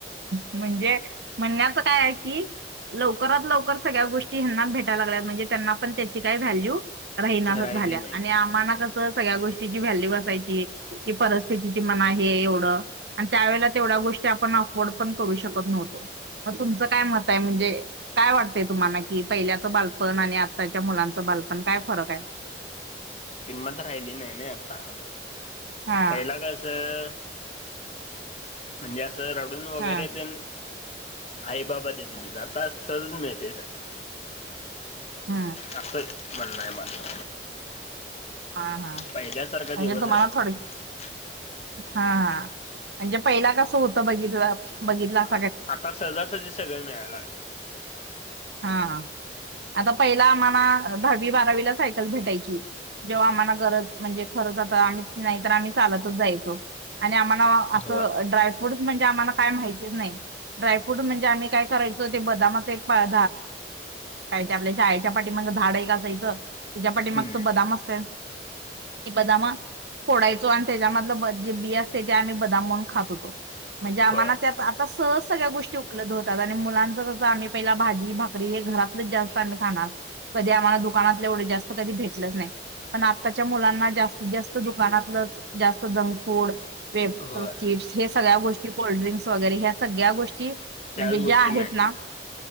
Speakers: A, on the right (about 70°); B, on the left (about 35°).
A: म्हणजे म्हणण्याचं काय आहे कि लवकरात लवकर सगळ्या गोष्टी यांना भेटाय लागल्यात म्हणजे त्यांना पण त्याची काय व्हॅल्यू राहिनासच
B: राहिली
A: झाल्या
B: नाही
A: आणि आम्हाना कसं सगळ्या गोष्टीची व्हॅल्यू अससायची की परिस्थितीची म्हणा हे एवढं आणि त्यावेळेला तेवढ्या गोष्टी आपण अफवोर्ड पण करू शकत नव्हतो, मग तुमचं काय मतं आहे म्हणजे काय वाटतेय तुम्हाला कि पहिल्याचं बालपण आणि आत्ताच्या मुलांचं बालपण काय फरक आहे <inaudible>
B: किंमत राहिली नाही ना आता
A: हा
B: पहिला कसं म्हणजे असं रडून वगैरे
A: हा
B: तेन आई बाबा देतं होतीत आता सहजच मिळतंय सगळं
A: हम्म
B: असं म्हणणं आहे माझं
A: हा हा
B: पहिल्यासारखा दिवस
A: म्हणजे तुम्हाला
B: राहिला
A: थो
B: नाही
A: हा म्हणजे पहिला कसं होतं बघितलं बघितलासा
B: आता सहजासहजी सगळं मिळायला लागलंय
A: हा आता पहिला आम्हाला दहावी बारावीला सायकल भेटायची जेव्हा आम्हाला गरज म्हणजे खरंच आता आम्ही नाही तर आम्ही चालतच जायचो आणि आम्हाला असं
B: होय
A: ड्रायफ्रूट म्हणजे आम्हाला काय माहितीच नाही ड्रायफ्रूट म्हणजे आम्ही काय करायचो ते बदामाच एक काय ते आपल्या शाळेच्या पाठीमागे झाड एक असायचं त्याच्या पाठीमागचं
B: हम्म.
A: बदाम असतय ते बदाम फोडायचो आणि त्याच्यामधलं जे बी असते ते आम्ही बदाम म्हणून खात होतो म्हणजे आम्हाला
B: होय
A: त्यात आता सगळ्या गोष्टी उपलब्ध होतात, आणि मुलांच कसं आम्ही पहिला भाजी, भाकरी हे घरातलच जास्त आम्ही खाणार कधी आम्हाला दुकानातले एवढे जास्त कधी भेटलंच नाही पण आत्ताच्या मुलांना जास्तीत जास्त दुकानातलंच जास्त जंक फूड वेफर्स,
B: होय
A: चिप्स हे सगळ्या गोष्टी कोल्डिंक्स वगैरे ह्या सगळ्या गोष्टी
B: त्याच
A: म्हणजे
B: गोष्टी
A: ज्या आहेत
B: मिळतील
A: ना